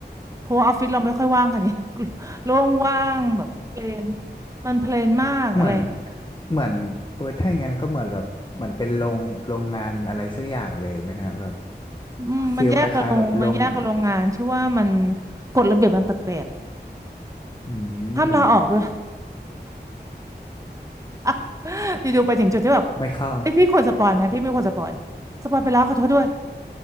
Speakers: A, on the right; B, on the left.
A: เพราะว่าออฟฟิศเราไม่ค่อยว่างกัน <laughs> นี่ <laughs> โล่งว่างแบบเพลนมันเพลนมากอะไร
B: <laughs> เหมือน เหมือนโอ้ยถ้าอย่างนั้นก็เหมือนแบบ เหมือนเป็นโรงโรงงานอะไรสักอย่างเลยไหมฮะแบบ
A: อืมมันแยกกับโรงมันแยกกับโรงงานชื่อว่ามัน
B: ฟีลคล้ายๆแบบโรง
A: กฎระเบียบมันแปลก
B: อื
A: ๆห้ามลาออกด้วย
B: ม
A: <laughs> อยู่ๆไปถึงจุดที่แบบ
B: ไม่เข้า
A: ไอยพี่ควรสปอยไหมพี่ไม่ควรสปอยสปอยไปแล้วขอโทษด้วย